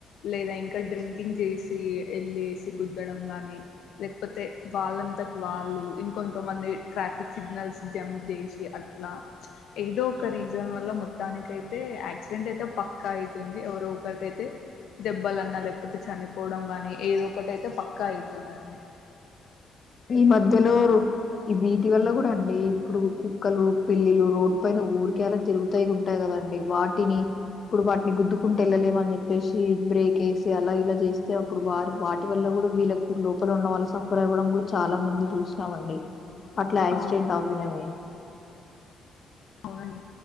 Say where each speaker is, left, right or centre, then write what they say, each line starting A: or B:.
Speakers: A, on the left; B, on the left.
A: లేదా ఇంకా డ్రింకింగ్ చేసి ఎళ్ళేసి గుద్దడం గాని లేకపోతే వాళ్ళంతాకు వాళ్ళు ఇంకొంత మంది ట్రాఫిక్ సిగ్నల్స్ జంప్ చేసి అట్లా ఏదో ఒక రీజన్ వల్ల మొత్తానికియితే యాక్సిడెంట్ అయితే పక్కా అయితుంది ఎవరొకరికైతే దెబ్బలన్నా లేకపోతే చనిపోవడం గాని ఏదో ఒకటి అయితే పక్కా అయితుందండి.
B: ఈ మధ్యలోరు ఈ వీటి వల్ల కూడా అండి ఇప్పుడు కుక్కలు పిల్లీలు రోడ్డు పైన ఊరికే అలా తిరుగుతాయి ఉంటాయి కదా అండి వాటిని ఇప్పుడు వాటిని గుద్దుకుంటూ వెళ్ళలేమని చెప్పేసి బ్రేక్ వేసి అలా ఇలా చేస్తే అప్పుడు వారు వాటి వల్ల కూడా వీళ్ళకు లోపల ఉన్న వాళ్ళు సఫర్ అవ్వడం కూడా చాలా మంది చూసినామండి అట్లా యాక్సిడెంట్
A: అవును
B: అవినవి
A: అవునండి